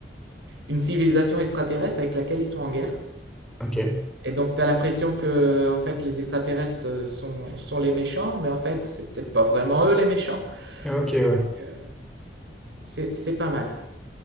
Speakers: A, on the right (about 80°); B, in the centre.
A: une civilisation extraterrestre avec laquelle ils sont en guerre.
B: ok,
A: Et donc, tu as l'impression que en fait, les extraterrestres euh, sont, sont les méchants, mais en fait, c'est peut-être pas vraiment eux les méchants.
B: ok, ouais,
A: Donc, euh, C'est c'est pas mal.